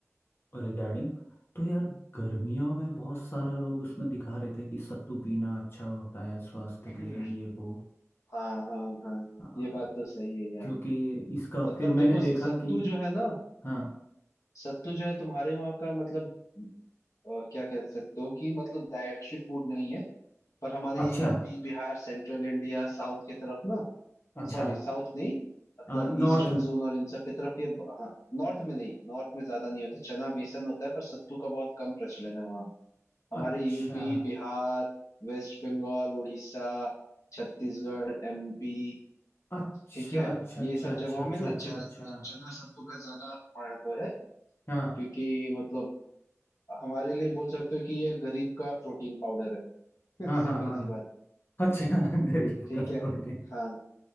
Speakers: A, on the left; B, on the left.
A: रिगार्डिंग तो यार गर्मियों में बहुत सारा लोग उसमें दिखा रहे थे कि सत्तू पीना अच्छा होता है स्वास्थ्य
B: <laughs> हम्म।
A: के लिए ये वो
B: हाँ हाँ हाँ
A: आ,
B: ये बात तो सही है यार
A: क्योंकि इसका
B: मतलब
A: फिर मैंने
B: देखो
A: देखा
B: सत्तू
A: कि
B: जो है ना
A: हाँ
B: सत्तू जो है तुम्हारे वहाँ का मतलब अ, क्या कह सकते हो कि मतलब डाइटरी फूड नहीं है पर हमारे ये
A: अच्छा
B: UP Bihar central India south की तरफ ना
A: अच्छा
B: सॉरी साउथ नहीं मतलब
A: आ, नॉर्थ
B: ईस्टर्न जोन और इन सब की तरफ ये ब- हाँ नॉर्थ में नहीं नॉर्थ में ज्यादा नहीं होता चना बेसन होता है पर सत्तू का बहुत कम प्रचलन है वहाँ हमारे
A: अच्छा
B: यूपी बिहार वेस्ट बंगाल उड़ीसा छत्तीसगढ़ एमपी
A: अच्छा
B: ठीक है
A: अच्छा अच्छा
B: ये सब
A: अच्छा
B: जगहों
A: अच्छा
B: में ना
A: अच्छा
B: चना
A: अच्छा
B: चना सत्तू का ज्यादा महत्व है
A: हाँ
B: क्योंकि मतलब हमारे लिए बोल सकते हो कि ये गरीब का प्रोटीन पाउडर है
A: हाँ
B: <laughs> सिंपल
A: हाँ हाँ
B: सी बात
A: अच्छा <laughs> गरीब
B: ठीक
A: का
B: है
A: प्रोटीन
B: हाँ